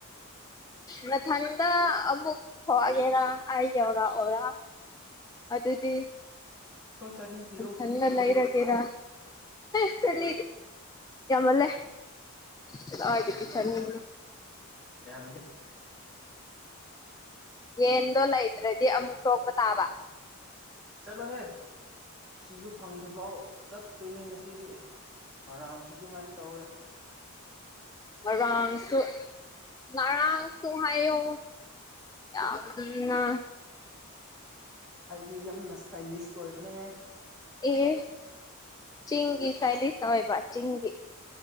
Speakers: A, on the left (about 15°); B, in the centre.
A: ꯅꯊꯟꯗ ꯑꯃꯨꯛ ꯊꯣꯛꯒꯦꯔꯥ ꯑꯩ ꯌꯧꯔꯛꯑꯣꯔꯥ꯫ ꯑꯗꯨꯗꯤ
B: ꯂꯨꯄꯥ ꯆꯅꯤ ꯄꯤꯔꯣ
A: ꯅꯊꯟꯗ ꯂꯩꯔꯒꯦꯔ
B: ꯗꯦ
A: ꯑꯦ ꯆꯅꯤꯗꯤ ꯌꯥꯝꯃꯜꯂꯦ꯫ ꯀꯗꯥꯏꯗꯒꯤ
B: ꯌꯥꯝꯗꯦ
A: ꯆꯅꯤꯅꯣ
B: ꯌꯥꯝꯗꯦ꯫
A: ꯌꯦꯟꯗꯣ ꯂꯩꯇ꯭ꯔꯗꯤ ꯑꯃꯨꯛ ꯇꯣꯛꯄ ꯇꯥꯕ꯫
B: ꯆꯠꯂꯣꯍꯦ꯫ ꯊꯤꯕ ꯐꯪꯗ꯭ꯔꯐꯥꯎ ꯆꯠꯇꯣꯏꯅꯦ ꯉꯁꯤꯗꯤ ꯉꯔꯥꯡꯁꯨ ꯑꯗꯨꯃꯥꯏꯅ ꯇꯧꯋꯦ꯫
A: ꯉꯔꯥꯡꯁꯨ ꯉꯔꯥꯡꯁꯨ ꯍꯥꯏꯌꯣ꯫ ꯌꯥꯝꯅ꯫
B: ꯑꯩꯗꯤ ꯌꯥꯝꯅ ꯏꯁꯇꯥꯏꯂꯤꯁ ꯑꯣꯏꯕꯅꯦ꯫
A: ꯑꯦ ꯆꯤꯡꯒꯤ ꯁ꯭ꯇꯥꯏꯂꯤꯁ ꯇꯧꯋꯦꯕ ꯆꯤꯡꯒꯤ꯫